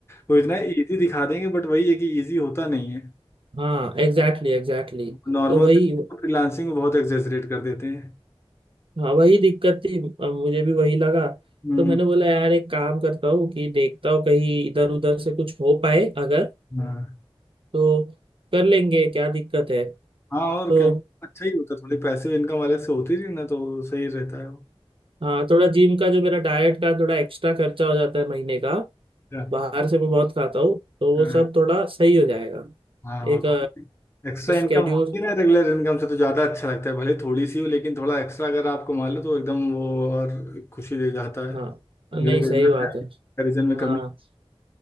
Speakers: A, on the left; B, on the right.
A: वो इतना इजी दिखा देंगे बट वही है कि इजी होता नहीं है
B: हाँ एग्जैक्टली एग्जैक्टली
A: नॉर्मल
B: तो वही
A: फ्रीलांसिंग को बहुत एक्सेजरेट कर देते हैं
B: हाँ वही दिक्कत थी अब मुझे भी वही लगा
A: हम्म
B: तो मैंने बोला यार एक काम करता हूँ कि देखता हूँ कहीं इधर उधर से कुछ हो पाए अगर
A: हाँ
B: तो कर लेंगे क्या दिक्कत है
A: हाँ और
B: तो
A: क्या अच्छा ही होता है थोड़े पैसिव इनकम अलग से होती थी ना तो सही रहता है वो
B: हाँ थोड़ा जिम का जो मेरा डाइट का थोड़ा एक्स्ट्रा खर्चा हो जाता है महीने का
A: क्या?
B: बाहर से मैं बहुत खाता हूँ तो वो
A: हाँ
B: सब थोड़ा सही हो जाएगा
A: हाँ, और
B: एक
A: थोड़ी एक्स्ट्रा इनकम
B: स्केड्यूल
A: होती है ना रेगुलर इनकम से तो ज़्यादा अच्छा लगता है भले थोड़ी सी हो लेकिन थोड़ा एक्स्ट्रा अगर आप कमा लो तो एकदम वो और खुशी दे जाता है
B: हाँ
A: भले
B: नहीं
A: रेगुलर
B: सही बात
A: कंपेरिजन
B: है
A: में
B: हाँ
A: कमी